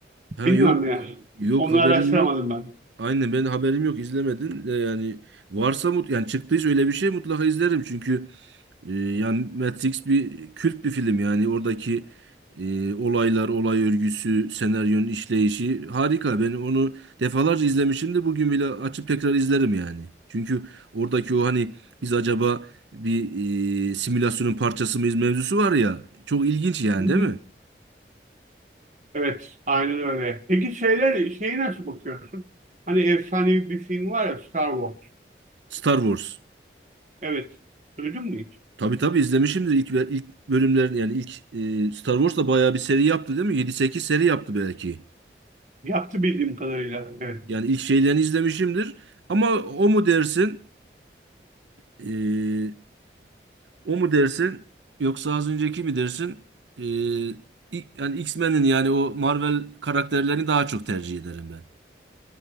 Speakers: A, on the right; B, on the right.
A: Ha
B: Bilmiyorum
A: yok
B: ya.
A: yok
B: Onu
A: haberim
B: araştıramadım
A: yok.
B: ben. <laughs>
A: Aynen ben haberim yok izlemedim de yani varsa mut yani çıktıysa öyle bir şey mutlaka izlerim çünkü E, yani Matrix bir kült bir film yani oradaki e, olaylar, olay örgüsü, senaryonun işleyişi harika. Ben onu defalarca izlemişimdir. Bugün bile açıp tekrar izlerim yani. Çünkü oradaki o hani biz acaba bir e, simülasyonun parçası mıyız mevzusu var ya. Çok ilginç yani
B: Hı
A: değil
B: hı.
A: mi?
B: Evet, aynen öyle. Peki şeyler şeyi nasıl bakıyorsun? Hani efsanevi bir film var ya Star Wars.
A: Star Wars.
B: Evet. Duydun mu hiç?
A: Tabii tabii izlemişimdir ilk ve- ilk bölümlerin yani ilk e, Star Wars da bayağı bir seri yaptı değil mi? yedi sekiz seri yaptı belki.
B: Yaptı bildiğim kadarıyla. Evet.
A: Yani ilk şeylerini izlemişimdir. Ama o mu dersin? Ee, o mu dersin yoksa az önceki mi dersin? Ee, İ- yani X-Men'in yani o Marvel karakterlerini daha çok tercih ederim ben.